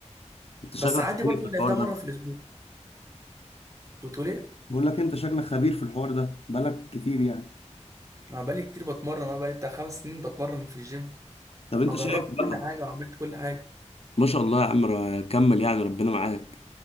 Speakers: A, on the left; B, on the right.
A: كنت
B: بس
A: شاغل
B: عادي
A: دماغي
B: برضه
A: في الحوار
B: أنا لعبتها
A: ده
B: مره في الاسبوع كنت بقول ايه
A: بقول لك انت شكلك خبير في الحوار ده بقالك كتير يعني
B: انا بقالي كتير بتمرن انا بقالي بتاع خمس سنين بتمرن في الجيم
A: طب انت
B: فجربت
A: شايف بقى
B: كل حاجه وعملت كل حاجه
A: ما شاء الله يا عم ر- كمل يعني ربنا معاك